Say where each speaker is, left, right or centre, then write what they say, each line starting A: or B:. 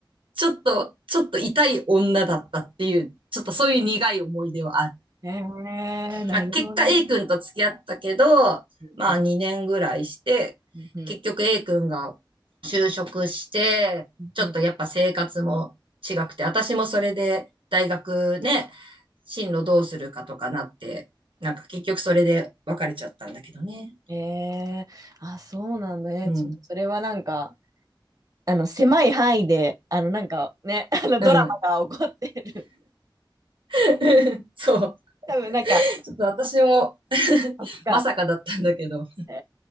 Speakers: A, on the right; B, on the right.
A: ちょっと、ちょっと痛い女だったっていう、ちょっとそういう苦い思い出はある。
B: ええなるほどね。
A: まあ、結果 A 君と付き合ったけど、
B: うん
A: まあ2年ぐらいして、
B: うん
A: 結局 A 君が就職して、
B: うんうん
A: ちょっとやっぱ生活も違くて、私もそれで大学ね、進路どうするかとかなって、なんか結局それで別れちゃったんだけどね。
B: ええあ、そうなんだね。
A: うん。
B: ちょっとそれはなんか、あの、狭い範囲で、あの、なんかね、あの、
A: うん。
B: ドラマが起こってる。
A: <laughs> そう。
B: <laughs> 多分なんか、
A: ちょっと私も <laughs>
B: そっか、
A: まさかだったんだけど。
B: え